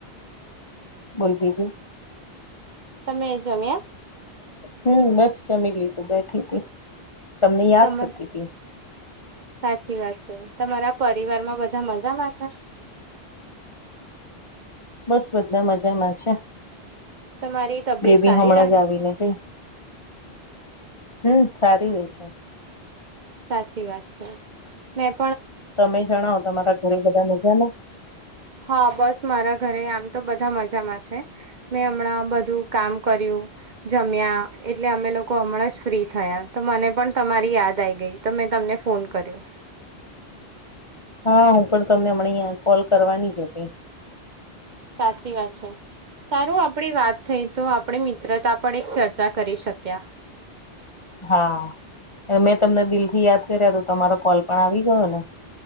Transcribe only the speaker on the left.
બોલ બીજું.?
હમ બસ જમી લીધુ બેઠી હતી. તમને યાદ
કરતી તી.
બસ બધા મજામાં છે.
બેબી
હમણાં
જ આવીને
ગઈ. હમ સારી રે છે.
તમે જણાવ તમારા ઘરે બધા મજા ને?
હા, હું પણ તમને હમણાં અહંયા કોલ કરવાની જ હતી.
હા એ મેં તમને દિલ થી યાદ કર્યા તો તમારો કોલ પણ આવી ગયો ને.